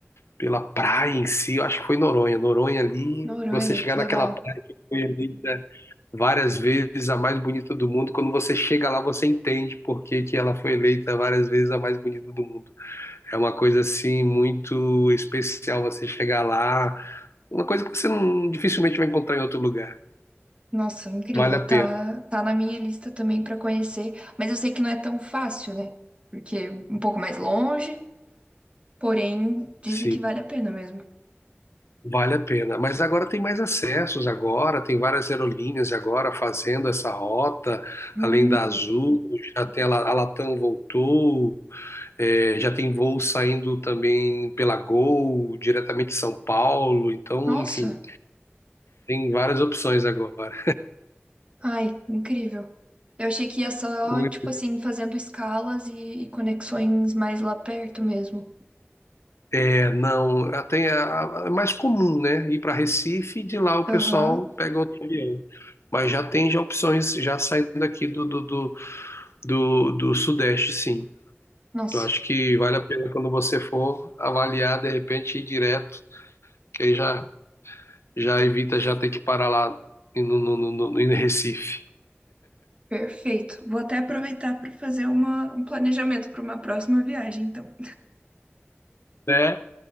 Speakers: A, on the left (about 85°); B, on the right (about 25°).
A: pela praia em si, eu acho que foi Noronha. Noronha ali,
B: Noronha,
A: você chegar
B: que
A: naquela
B: legal.
A: praia que foi eleita várias vezes a mais bonita do mundo, quando você chega lá, você entende por que que ela foi eleita várias vezes a mais bonita do mundo. É uma coisa assim muito especial você chegar lá, uma coisa que você não, dificilmente vai encontrar em outro lugar.
B: Nossa, incrível.
A: Vale a
B: Tá,
A: pena.
B: tá na minha lista também pra conhecer, mas eu sei que não é tão fácil, né? Porque é um pouco mais longe, porém dizem
A: Sim.
B: que vale a pena mesmo.
A: Vale a pena. Mas agora tem mais acessos agora, tem várias aerolíneas agora fazendo essa rota,
B: Hum.
A: além da Azul, já tem a La- a Latam voltou, é, já tem voo saindo também pela Gol, diretamente de São Paulo, então,
B: Nossa,
A: enfim, tem várias opções agora.
B: ai, incrível. Eu achei que ia só,
A: Muito-
B: tipo assim, fazendo escalas e, e conexões mais lá perto mesmo.
A: É, não, até a- a- é mais comum, né? Ir para Recife e de lá o
B: Aham.
A: pessoal pega outro avião. Mas já tem já opções já saindo aqui do, do, do, do do Sudeste, sim.
B: Nossa.
A: Eu acho que vale a pena quando você for avaliar, de repente, ir direto, que aí já, já evita já ter que parar lá no, no, no, no, em Recife.
B: Perfeito. Vou até aproveitar para fazer uma, um planejamento para uma próxima viagem, então.
A: Né?